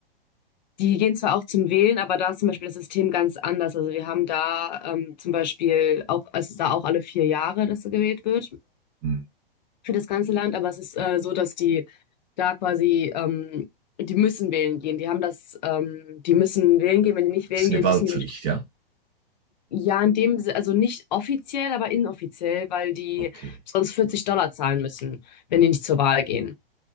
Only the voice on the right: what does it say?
Hm.
Das
ist eine
Wahlpflicht,
ja?
Okay.